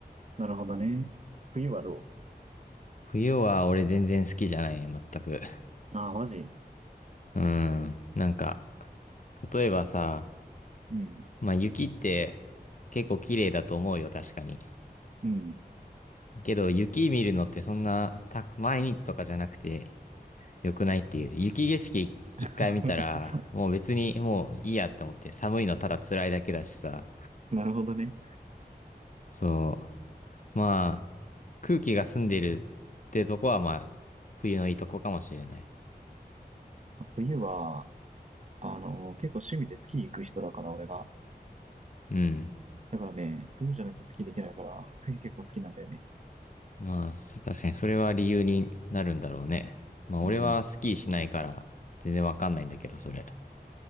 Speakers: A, on the right; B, on the left.
A: なるほどね。冬はどう
B: 冬は俺全然好きじゃない、全く。
A: ああ、マジ
B: うん。なんか、例えばさ、
A: うん。
B: まあ雪って結構綺麗だと思うよ、確かに。
A: うん。
B: けど、雪見るのってそんな、た、毎日とかじゃなくて、良くないっていう。雪景色い一回見たら、
A: <laughs>
B: もう別にもういいやって思って、寒いのただ辛いだけだしさ。
A: なるほどね。
B: そう。まあ、空気が澄んでるってとこは、まあ、冬のいいとこかもしれない。
A: 冬は、あの、結構趣味でスキー行く人だから、俺が。
B: うん。
A: だからね、冬じゃないとスキーできないから、冬結構好きなんだよね。
B: まあ、そ確かにそれは理由になるんだろうね。まあ、
A: うん。
B: 俺はスキーしないから、全然わかんないんだけど、それ。